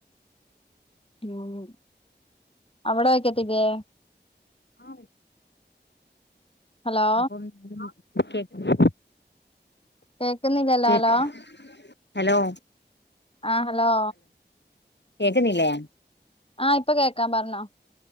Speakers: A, on the left; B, on the left.
A: ഉം. അവിടെ വെക്കത്തില്ലേ?
B: ആ വെക്കും.
A: ഹലോ
B: അപ്പം <inaudible>
A: കേക്കുന്നില്ലല്ലോ
B: കേക്ക്
A: ഹലോ
B: ഹലോ
A: ആ ഹലോ
B: കേക്ക്ന്നില്ലേ
A: ആ ഇപ്പൊ കേക്കാം പറഞ്ഞോ.